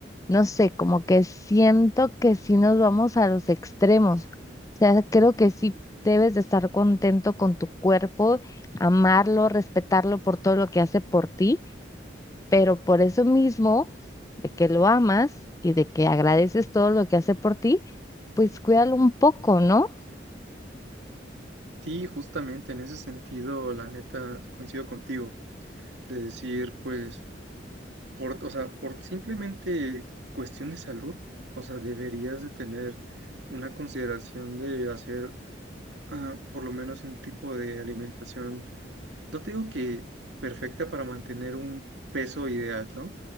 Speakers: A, on the left (about 20°); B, on the right (about 75°).
A: No sé, como que siento que sí nos vamos a los extremos. O sea, creo que sí debes de estar contento con tu cuerpo amarlo, respetarlo por todo lo que hace por ti, pero por eso mismo, de que lo amas y de que agradeces todo lo que hace por ti, pues cuídalo un poco, ¿no?
B: Sí, justamente en ese sentido, la neta, coincido contigo, de decir, pues, por, o sea, por simplemente cuestión de salud, o sea, deberías de tener una consideración de hacer ah, por lo menos un tipo de alimentación No te digo que perfecta para mantener un peso ideal, ¿no?